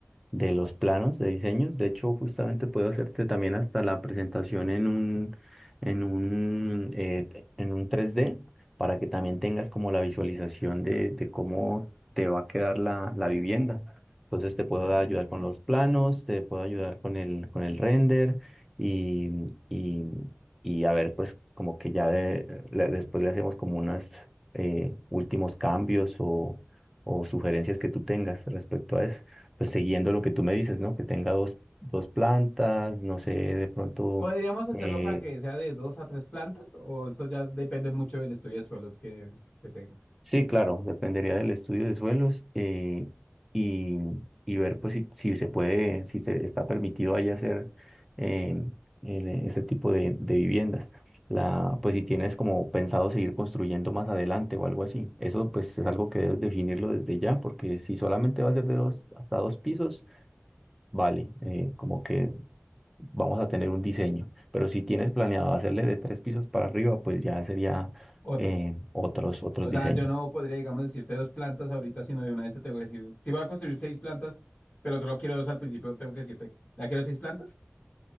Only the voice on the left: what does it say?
Podríamos hacerlo
para que sea de dos a tres plantas, o eso ya depende mucho del estudio de suelos que, que tenga.
Otro.
O
sea, yo no podría, digamos, decirte dos plantas ahorita, sino de una de estas tengo que decir, si voy a construir seis plantas, pero solo quiero dos al principio, tengo que decirte, ¿la quiero seis plantas?